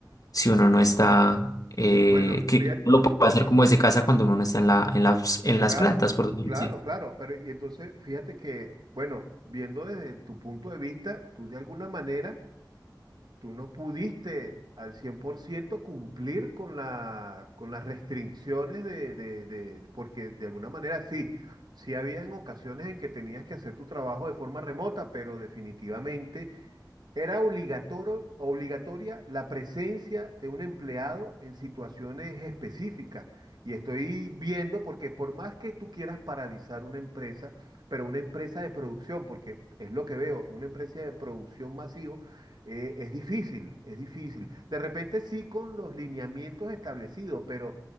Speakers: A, on the left; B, on the right.
A: si uno no está, eh,
B: bueno,
A: que
B: fíjate.
A: lo puede hacer como desde casa cuando uno no está en la, en las, en las
B: Claro,
A: plantas, por decirlo
B: claro,
A: así.
B: claro. Pero y entonces, fíjate que, bueno, viendo desde tu punto de vista, tú de alguna manera, tú no pudiste al 100% cumplir con la, con las restricciones de, de, de- porque de alguna manera sí, sí habían ocasiones en que tenías que hacer tu trabajo de forma remota, pero definitivamente era obligatorio, obligatoria la presencia de un empleado en situaciones específicas. Y estoy viendo, porque por más que tú quieras paralizar una empresa, pero una empresa de producción, porque es lo que veo, una empresa de producción masivo, eh, es difícil, es difícil. De repente sí con los lineamientos establecidos, pero